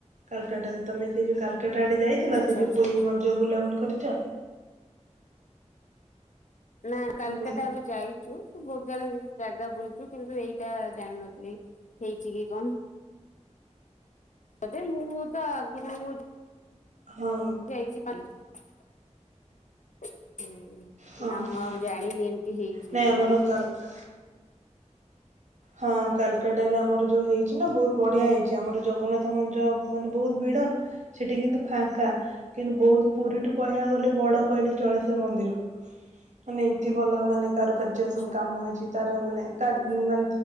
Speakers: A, on the right (about 75°); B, on the left (about 80°).
A: କାଲକାଟାରେ ତମେ ସେଇ ଯୋଉ କାଲକାଟା ଆଡେ ଯାଇଥିଲା
B: ଆଚ୍ଛା
A: ସେଇ ଯୋଉ
B: ଆଚ୍ଛା
A: ପୁରୀ ମନ୍ଦିର ବୁଲାବୁଲି କରିଚ?
B: ନାଁ କାଲକାଟା
A: ମୁଁ କହିଲି
B: ଆମେ ଯାଇଚୁ ବୋହୁତ ଜାଗା ଜାଗା ବୁଲଚୁ କିନ୍ତୁ ଏଇଟା ଜାଣିନଥିଲି ହେଇଚି କି କଣ। ଆଦେ ମୁଁ ତ ଆଗୁରୁ
A: ହଁ
B: ହେଇଚି ପାଣି <inaudible> ହୁଁ
A: ହଁ
B: ନାଁ ମୁଁ
A: ହଁ
B: ଆଉ ଜାଣିନି ଏମତି ହେଇଚି
A: ନାଇଁ
B: କି
A: ଆମର
B: କଣ?
A: କାଲକା ହଁ କାଲକାଟାରେ ଆମର ଯୋଉ ହେଇଚି ନାଁ ବୋହୁତ ବଢ଼ିଆ ହେଇଚି। ଆମର ଜଗନ୍ନାଥ ମନ୍ଦିର ମାନେ ବୋହୁତ ଭିଡ଼ ସେଠି କିନ୍ତୁ ଫାଙ୍କା କିନ୍ତୁ ବୋହୁତ ପୁରୀଠୁ କହିବାକୁ ଗଲେ ବଡ଼ କହିଲି ଚଳେ ସେ ମନ୍ଦିର। ମାନେ ଏମତି ଭଲ ମାନେ କାରୁକାର୍ଯ୍ୟ
B: ଆଚ୍ଛା
A: ସବୁ କାମ ହେଇଚି। ଳତାର ମାନେ କା
B: ଆଚ୍ଛା।
A: ମା